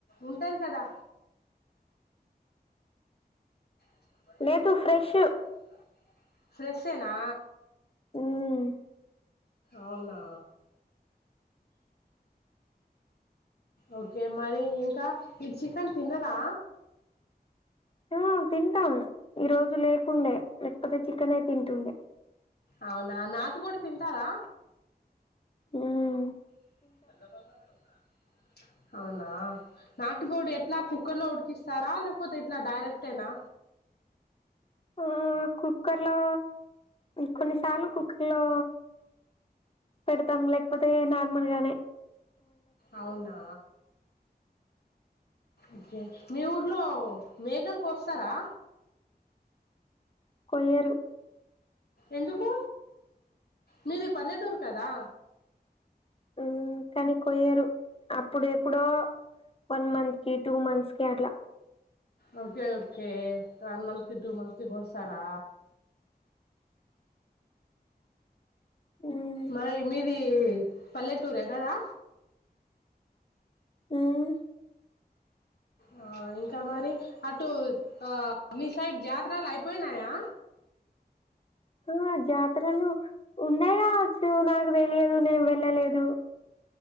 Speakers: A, on the left; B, on the left.
A: ఉంటది కదా <unintelligible>
B: లేదు ఫ్రెష్
A: ఫ్రెషనా
B: మ్మ్
A: అవునా ఓకే మరి ఇంకా మీర్ చికెన్ తినరా
B: ఆ తింటాము ఈ రోజు లేకుండే లేకపోతే చికెనే తింటుండే
A: అవునా నాటు కోడి తింటారా
B: ఉమ్మ్
A: <unintelligible> అవునా నాటుకోడి ఎట్లా కుక్కర్ లో ఉడికిస్తారా లేకపోతే ఎట్లా డైరెక్టేనా
B: ఆ కుక్కర్లో కొన్నిసార్లు కుక్కర్లో పెడతం లేకపోతే నార్మల్గానే
A: అవునా ఒకే మీ ఊర్లో మేకలుకొస్తారా
B: కొయ్యరు
A: ఎందుకు మీది పల్లెటూరు కదా
B: ఉమ్ కని కొయ్యరు అప్పుడు ఎప్పుడో వన్ మంత్ కి టూ మంత్స్ కి అట్లా
A: ఓకే ఓకే వన్ మంత్ కి టూ మంత్ కి కొస్తరా
B: మ్మ్
A: మరి మీదీ పల్లె టూరె కదా
B: హ్మ్
A: ఆ ఇంకా మరి అటు ఆ మీ సైడ్ జాత్రాలు అయిపోయినాయా
B: ఆ జాతరలు ఉన్నాయ్ కాచ్చు నాకు తెలియదు నేను వెళ్ళలేదు